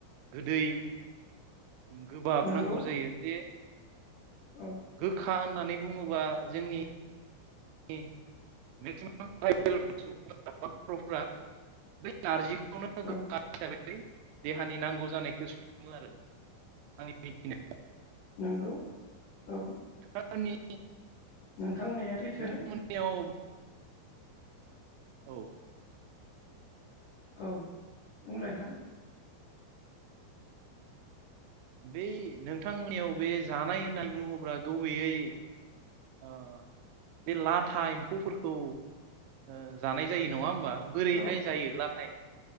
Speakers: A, on the right; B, on the left.
A: गोदै गोबाब
B: नंगौ
A: नांगौ जायो जे
B: औ
A: गोखा होननानै होननानै बुङोबा जोंनि मेक्सिमाम ट्राइबेल्ट सुबुंफोरा बा बर'फोरा बै नारजिखौ <unintelligible>
B: औ
A: गोखा हिसाबै देहानि नांगौ जानायखौ सुफुङो आरो आंनि मिथिनायाव
B: नंगौ औ
A: फोरनि
B: नोंथां बुंनाया सैथोआनो
A: नोंथांमोननियाव औ
B: औ बुंलाय नोंथां
A: बै नोंथांमोननियाव बे जानाय होननानै बुङोब्ला गुबैयै ओ बे लाथा एम्फौफोरखौ ओ जानाय जायो नङा होमबा बोरैहाय
B: औ
A: जायो लाथा एमफौ